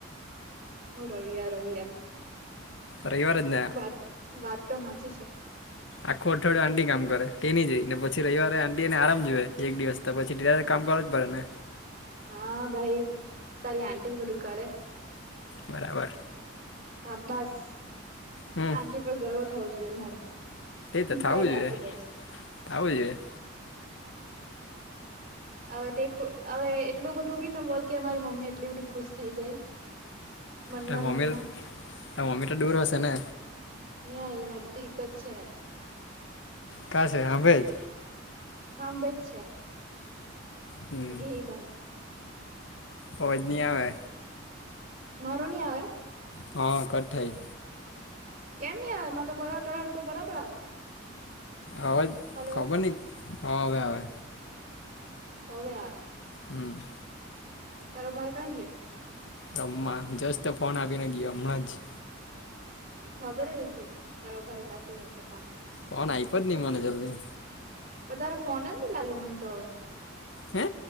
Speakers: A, on the right (about 45°); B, on the left (about 65°).
A: હું રવય રવય
B: રવિવાર જ ને
A: વાત વાત તો સાચી છે.
B: આખો અઠવાડિયે આંટી કામ કરે તેની જ જોઈ ને પછી રવવારે આંટી એને આરામ જોએ એક દિવસ તો પછી તે ભારે તો કામ કરવુજ પડે ને
A: હા ભાઈ, તારી આન્ટી જ બધું કરે.
B: બરાબર
A: સાબ્બાસ,
B: હમ
A: આન્ટી પર ગર્વ થવું જુએ મારે.
B: તે તો થાવું
A: તારી
B: જોયે,
A: આંટી પર
B: થાવું જોયે
A: અવે તે ખોલ અવે એટલું બધું બી ન બોલ કે મારી મમ્મી એટલી બધી ખુશ થઈ જાય. મનમાં
B: તાર મમ્મી
A: મનમાં
B: તો, તારી મમ્મી ત દૂર હશે ને?
A: ની આઈ નજદીક જ છે.
B: કા છે? હાભે જ?
A: હાંભે જ છે.
B: હમ,
A: ગેય બાર
B: અવાજ ની આવે.
A: મારો ની આવે?
B: હ, કટ થાઈ.
A: કેમ ની આવે, મને ત બરાબ તારો ત બરાબર આવે.
B: અવાજ
A: હલો
B: ખબરની, હ, અવે આવે.
A: હવે આવે.
B: હમ,
A: તારો ભાઈ કા ગીયો?
B: રમ્મા, જસ્ટ ફોન આપીને ગીયો, અમણાં જ
A: ખબર જ ઉતી, તારો ભાઈ પાસે જ હશે ફોન.
B: ફોન આયપો જ ની મને જલ્દી.
A: ઓય, તારો ફોન જ ની લાગે મને તો અવે,
B: હે